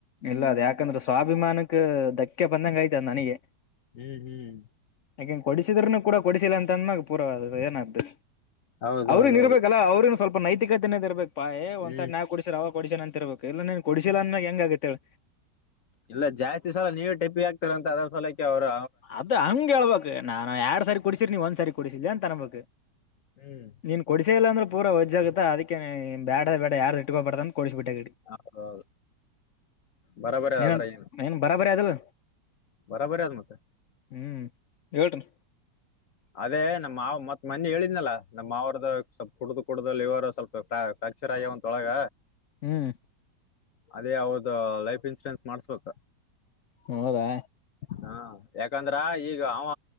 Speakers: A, on the left; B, on the left.
A: ಇಲ್ಲ ಅದ ಯಾಕಂದ್ರೆ ಸ್ವಾಭಿಮಾನಕ್ಕೆ ದಕ್ <unintelligible> ಬಂದಂಗ ಆಯ್ತ ನನಗೆ.
B: ಹ್ಮ್ ಹ್ಮ್
A: ಹಂಗ ಕೊಡಸಿದ್ನುೂ ಕೂಡ ಕೊಡಿಸಿಲ್ಲ ಅಂತ ಅನ್ಮಾಗ ಪೂರ್ ಅದ್ದು ಏನಾದ್ದು.
B: ಹೌದೌದೌದು
A: ಅವ್ರನ್ ಇರ್ಬೇಕಲ್ಲ ಅವ್ರನು ಸ್ವಲ್ಪ ನೈತಿಕತೆೆಯೇ ಇರ್ಬೇಕು ಪಾಯ್
B: ಹ್ಮ್
A: ಒಂದ್ ಸಕ ಕೊಡ್ಸಿರ ಕೊಡಿಸನ ಅಂತರ್ಬೇಕು ಇಲ್ಲ ನೀನ್ ಕೊಡ್ಸಿಲ್ಲ ಅಂದ ಮ್ಯಾಗ ಹೆಂಗ ಆಗುತ್ತೆ ಹೇಳ.
B: ಇಲ್ಲ ಜಾಸ್ತಿ ಸಲ ನೀವೇ ಟಿಪ್ಪಿ ಆಗ್ತರ ಅಂತ ಅದ್ರ ಸಲಕ್ಕೆ ಅವರು.
A: ಅದ್ ಹಂಗ್ ಹೇಳ್ಬಕ್ ನಾನ್ ಎರಡ್ ಸಾರಿ ಕುಡಸರ ನೀವ್ ಒಂದ್ ಸಾರಿ ಕೊಡಿಸಿದ ಅಂತ ಅನ್ಬೇಕು.
B: ಹ್ಮ್.
A: ನೀನು ಕೊಡೀಸೆ ಇಲ್ಲ ಅಂದ್ರ ಪೂರ ವಜ್ಜಾಗುತ್ತ ಅದಕ್ಕೆೇ ಬ್ಯಾಡವೇ ಬೇಡ ಯಾರದ ಇಟ್ಕೊಬಾರತ ಅಂತ ಕೊಡಿಸ್ಬಿಟ್ಟೆಗಡಿ.
B: ಹೌದ ಹೌದು ಬರಬರಿ
A: ಏನಂತ
B: ಅದ್ರ ಏನು.
A: ಏನ್ ಬರಾಬರಿ ಅದಲ್ಲ
B: ಬರಾಬರಿ ಅದ ಮತ್ತ.
A: ಹ್ಮ್ ಹೇಳ್ರಿ.
B: ಅದೇ ನಮ್ಮ್ ಮಾವ ಮತ್ ಮೊನ್ನೆ ಹೇಳಿದ್ನಲ್ಲ ನಮ್ಮ್ವ್ರದ ಸ್ವಲ್ಪ. ಕುಡ್ದು ಕುಡ್ದು ಲಿವರ್ ಸ್ವಲ್ಪ ಪ್ಯಾ ಫ್ರಾಕ್ಚರ್ ಆಗ್ಯಾವಂತ ಒಳಗ.
A: ಹ್ಮ್.
B: ಅದೇ ಅವರ್ದ ಲೈಫ್ ಇನ್ಸೂರೆನ್ಸ್ ಮಾಡ್ಸ್ಬೇಕ.
A: ಹೌದಾ.
B: ಹಾ ಯಾಕಂದ್ರ ಈಗ ಅವ